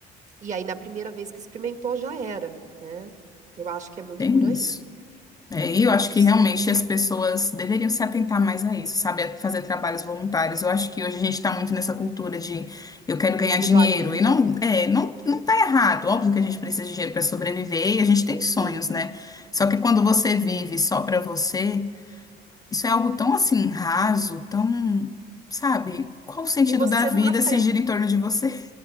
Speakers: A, on the right; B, on the left.
A: e aí na primeira vez que experimentou já era, né? Eu acho que é muito
B: Tem
A: por aí.
B: isso. É,
A: Tem
B: e eu acho
A: isso
B: que
A: sim.
B: realmente as pessoas deveriam se atentar mais a isso, sabe? A fazer trabalhos voluntários. Eu acho que hoje a gente está muito nessa cultura de eu quero ganhar
A: Individualismo,
B: dinheiro. E não, é, não, não tá errado. Óbvio que a gente precisa de dinheiro para sobreviver e a gente tem sonhos,
A: sim.
B: né? Só que quando você vive só para você, isso é algo tão assim raso, tão, sabe? Qual o sentido
A: E você
B: da vida
A: não aprende.
B: se gira em torno de você?